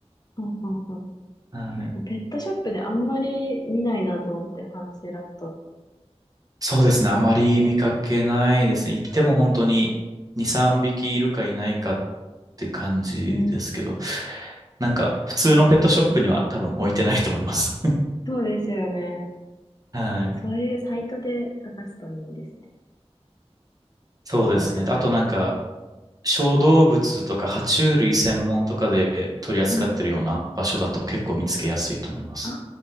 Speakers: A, on the left; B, on the right.
A: はは
B: はい
A: ペットショップであんまり見ないなと思って、ハンシーラット。
B: そうですね。あまり見かけないですね。行っても本当に2、3匹いるかいないかって感じですけど、
A: うん、
B: なんか普通のペットショップには多分置いてないと思います。
A: そうですよね。
B: <laughs> はい。
A: えーそういうサイトで探すといいんですね。
B: そうですね。
A: あとは野菜と。
B: あとなんか小動物とか爬虫類専門とかで取り扱ってるような場所だと結構見つけやすいと思います。
A: はい。ああ、